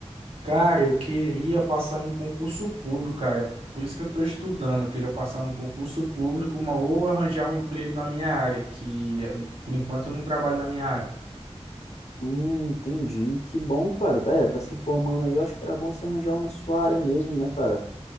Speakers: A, on the right (about 70°); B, on the left (about 85°).
A: Cara, eu queria passar em um concurso público, cara. Por isso que eu estou estudando. Eu queria passar num concurso público, uma, ou arranjar um emprego na minha área, que eh, por enquanto eu não trabalho na minha área.
B: Hum, entendi, que bom, cara, tá, é, tá se formando aí, eu acho que era bom você arranjar uma na sua área mesmo, né, cara?